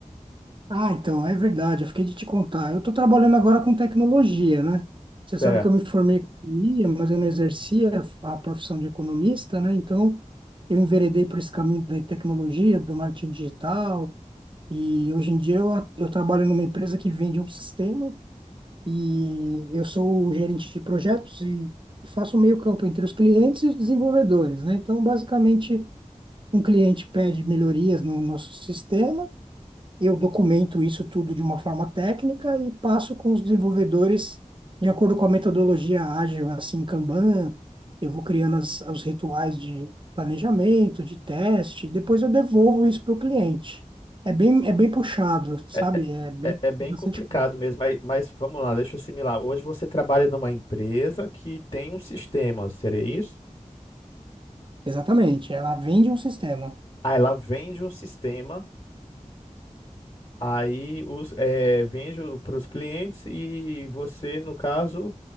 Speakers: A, on the right; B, on the left.
A: Ah, então, é verdade, eu fiquei de te contar. Eu tô trabalhando agora com tecnologia, né? Você
B: Certo.
A: sabe que eu me formei em economia, mas eu não exercia a profissão de economista, né? Então, eu enveredei por esse caminho da tecnologia, do marketing digital, e hoje em dia eu, eu trabalho numa empresa que vende um sistema e eu sou o gerente de projetos e, e faço o meio-campo entre os clientes e os desenvolvedores, né? Então, basicamente, um cliente pede melhorias no nosso sistema, eu documento isso tudo de uma forma técnica e passo com os desenvolvedores de acordo com a metodologia ágil, assim, Kanban, eu vou criando as, os rituais de planejamento, de teste, e depois eu devolvo isso para o cliente. É bem, é bem puxado, sabe?
B: É, é,
A: É bem
B: é é bem
A: bastante
B: complicado
A: coisa.
B: mesmo, aí- mas vamos lá, deixa eu assimilar. Hoje você trabalha numa empresa que tem um sistema, seria isso?
A: Exatamente, ela vende um sistema.
B: Aí ela vende um sistema, aí os, é, vende para os clientes e você, no caso,